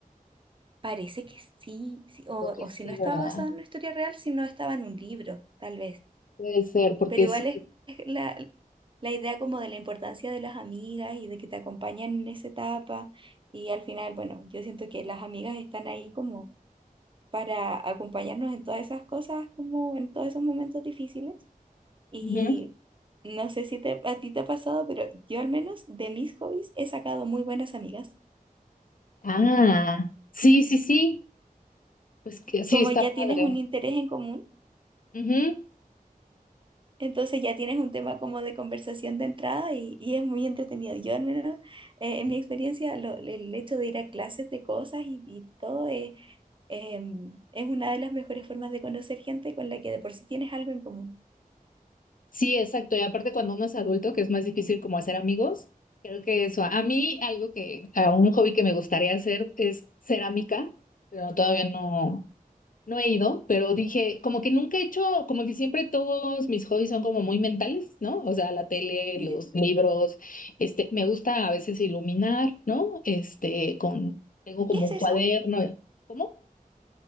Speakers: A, on the right (about 35°); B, on the left (about 65°).
A: Parece que sí, sí, O,
B: Creo que
A: o
B: sí,
A: si no estaba
B: ¿verdad?
A: basado en una historia real, si no estaba en un libro, tal vez.
B: Puede ser, porque
A: Pero
B: es...
A: igual es es la, la idea como de la importancia de las amigas y de que te acompañan en esa etapa. Y al final, bueno, yo siento que las amigas están ahí como para acompañarnos en todas esas cosas, como en todos esos momentos difíciles. Y
B: Ujú.
A: no sé si te, a ti te ha pasado, pero yo al menos de mis hobbies he sacado muy buenas amigas.
B: Ah, sí, sí, sí. Pues que sí,
A: Como
B: está
A: ya
B: padre.
A: tienes un interés en común.
B: Ujú.
A: Entonces ya tienes un tema como de conversación de entrada y, y es muy entretenido. Yo al menos, eh, en mi experiencia, lo- el hecho de ir a clases de cosas y, y todo es, em, es una de las mejores formas de conocer gente con la que de por sí tienes algo en común.
B: Sí, exacto. Y aparte cuando uno es adulto, que es más difícil como hacer amigos, creo que eso, a mí algo que, a un hobby que me gustaría hacer es cerámica, pero todavía no, no he ido, pero dije, como que nunca he hecho, como que siempre todos mis hobbies son como muy mentales, ¿no? O sea, la tele,
A: <gasps> Ujú.
B: los libros, este, me gusta a veces iluminar, ¿no? Este, con, tengo como
A: ¿Qué es
B: un
A: eso?
B: cuaderno, ¿cómo?